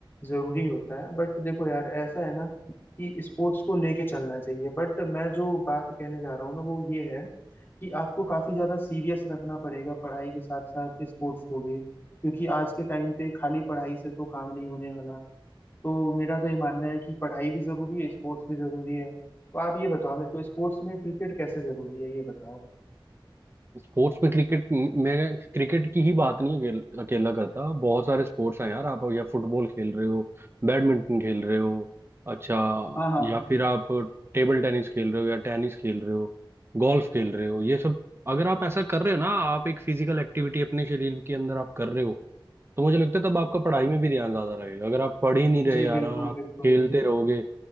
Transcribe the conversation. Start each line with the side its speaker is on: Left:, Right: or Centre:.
Left: जरूरी होता है बट देखो यार ऐसा है ना कि स्पोर्ट्स को लेके चलना चाहिए बट मैं जो बात कहने जा रहा हूँ ना वो ये है कि आपको काफी ज्यादा सीरियस रखना पड़ेगा पढ़ाई के साथ साथ स्पोर्ट्स को भी क्योंकि आज के टाइम पे खाली पढ़ाई से तो काम नहीं होने वाला तो मेरा तो ये मानना है कि पढ़ाई भी जरूरी है स्पोर्ट्स भी जरूरी है तो आप ये बताओ मेरे को स्पोर्ट्स में क्रिकेट कैसे जरूरी है ये बताओ
Right: स्पोर्ट्स में क्रिकेट मैं क्रिकेट की ही बात नहीं अकेल, अकेला करता बहुत सारे स्पोर्ट्स हैं यार आप या फुटबॉल खेल रहे हो बैडमिंटन खेल रहे हो अच्छा
Left: हाँ हाँ
Right: या फिर आप टेबल टेनिस खेल रहे हो या टेनिस खेल रहे हो गोल्फ खेल रहे हो ये सब अगर आप ऐसा कर रहे हो ना आप एक फिजिकल एक्टिविटी अपने शरीर के अंदर आप कर रहे हो तो मुझे लगता है तब आपका पढ़ाई में भी ध्यान ज्यादा लगेगा अगर आप पढ़ ही नहीं रहे
Left: जी
Right: यार
Left: बिल्कुल
Right: और आप
Left: बिल्कुल
Right: खेलते रहोगे